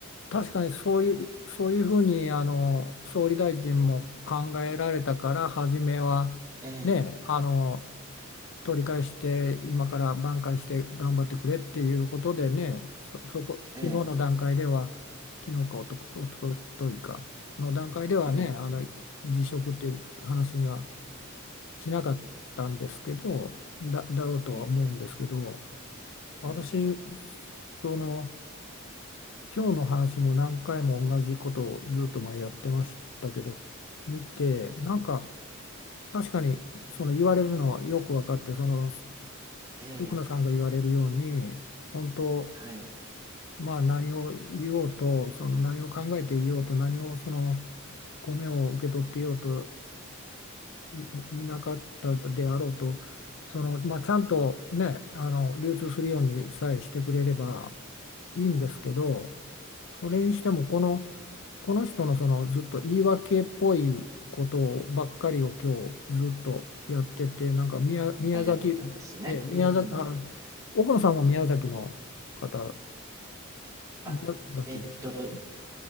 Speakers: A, on the left; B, on the right.
A: 確かにそういう、そういうふうにあの総理大臣も考えられたから、初めはね、
B: ええ
A: あの取り返して今から挽回して頑張ってくれっていうことでねそ、そこ昨日の段階では
B: ええ
A: 昨日かおと、おとといかの段階ではねあの辞職っていう話には
B: ええ、
A: しなかったんですけどだ、だろうとは思うんですけど
B: はい、
A: 私
B: ええ、
A: その今日の話も何回も同じことをずっと前やってましたけど見てなんか確かにその言われるのはよく分かってその
B: ええ、
A: 奥野さんが言われるように本当
B: はい。
A: まあ何を言おうとその何を考えていようと何をその米を受け取っていようとい、いなかったであろうとその、まあ、ちゃんとねあの流通するようにさえしてくれればいいんですけどそれにしてもこのこの人のそのずっと言い訳っぽいことばっかりを今日ずっとやっててなんか宮、宮崎、
B: あ、やってたんですね。
A: え宮崎あの
B: うん。
A: 奥野さんも宮崎の方
B: あ、
A: 宮崎でしたっけ
B: えっと、